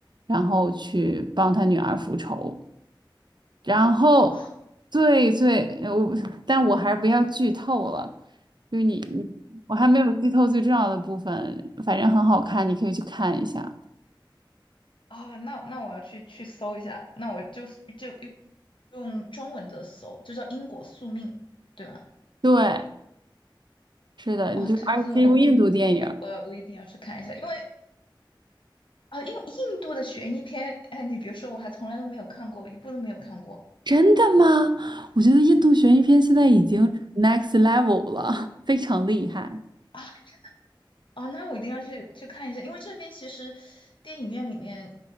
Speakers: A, on the right; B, on the left.
A: 然后去帮他女儿复仇。然后最最呃我，
B: 哦
A: 但我还是不要剧透了，就是你你我还没有剧透最重要的部分，反正很好看，你可以去看一下。
B: 啊，那那我要去去搜一下，那我就就用用中文的搜，就叫因果宿命，对吗？
A: 对，是的，你就而且是一部印度电影。
B: 哦，对，这我我我一定要去看一下，因为啊、因为印度的悬疑片，哎，你别说，我还从来都没有看过，一部都没有看过
A: 真的吗？我觉得印度悬疑片现在已经
B: 嗯，
A: next level 了，非常厉害。
B: 啊啊，那我一定要去去看一下，因为这边其实电影院里面